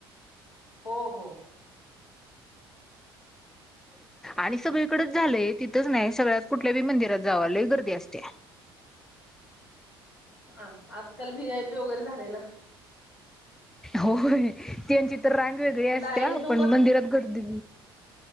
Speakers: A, on the left; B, in the centre.
A: हो हो.
B: आणि सगळीकडेच झालंय तिथंच नाही सगळ्यात कुठल्या बी मंदिरात जावालाय गर्दी असते.
A: हा आजकाल व्ही आयपी वगैरे झाले ना.
B: हो त्यांची <unintelligible> तर रांग वेगळी असत्या
A: लाईनीत
B: पण मंदिरात गर्दी